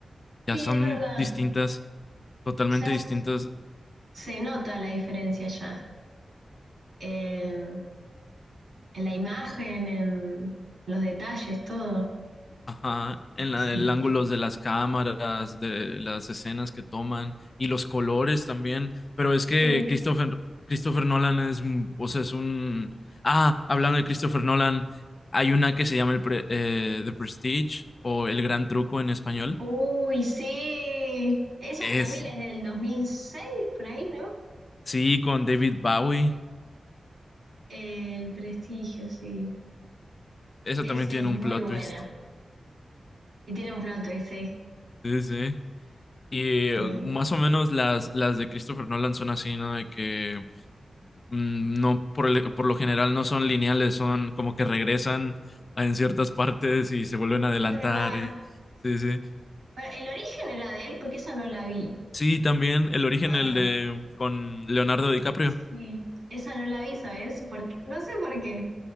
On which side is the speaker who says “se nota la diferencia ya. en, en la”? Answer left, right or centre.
Right